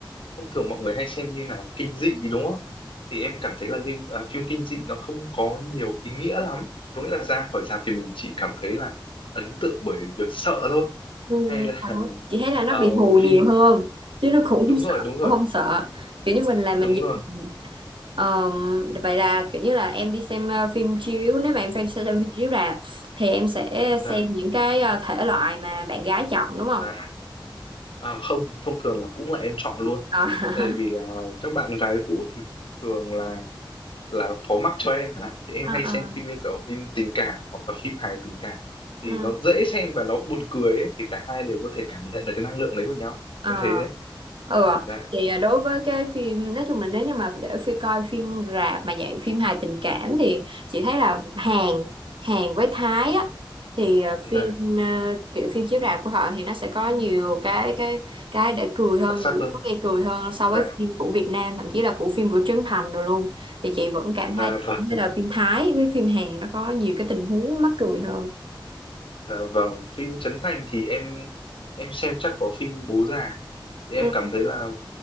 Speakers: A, on the left; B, on the right.
A: thông thường mọi người hay xem như nào kinh dị đúng không thì em cảm thấy là phim à, phim kinh dị nó không có nhiều ý nghĩa lắm có nghĩa là ra khỏi rạp thì mình chỉ cảm thấy là ấn tượng bởi việc sợ thôi
B: Ừ,
A: hay là
B: thật.
A: <laughs>
B: chị thấy là nó
A: ờ,
B: bị hù nhiều
A: phim
B: hơn chứ nó cũng
A: đúng
B: không sợ
A: rồi đúng rồi
B: cũng không sợ kiểu như mình là mình
A: đúng
B: giật
A: rồi
B: mình. Ờm, vậy là kiểu như là em đi xem ờ, phim chiếu nếu mà em xem xem phim chiếu rạp thì em sẽ
A: dạ
B: xem những cái ờ, thể loại mà bạn gái chọn đúng không
A: dạ À, không thông thường là cũng là em chọn luôn
B: Ờ. <laughs>
A: tại vì là các bạn gái cũ thì thường là là phó mắc cho em chẳng hạn thì em
B: À,
A: hay xem
B: à.
A: phim như kiểu phim tình cảm hoặc là phim hài tình cảm thì
B: Ừ.
A: nó dễ xem và nó buồn cười ấy thì cả hai đều có thể cảm nhận được cái năng lượng đấy của nhau
B: À,
A: em thấy đấy,
B: ừ à.
A: dạ
B: Thì à, đối với cái phim nói chung là nếu như mà để phi coi phim rạp mà dạng phim hài tình cảm thì chị thấy là Hàn Hàn với Thái á thì à, phim
A: dạ
B: à, kiểu phim chiếu rạp của họ thì nó sẽ có nhiều cái cái cái để cười hơn
A: đặc sắc
B: nhiều
A: hơn
B: lúc gây cười hơn so
A: dạ
B: với phim của Việt Nam thậm chí là của phim của Trấn Thành rồi luôn thì chị vẫn cảm
A: dạ
B: thấy
A: vâng
B: thấy là phim Thái với phim Hàn nó có nhiều cái tình huống mắc cười hơn
A: dạ vâng phim Trấn Thành thì em em xem chắc có phim Bố Già thì
B: ừ
A: em cảm thấy là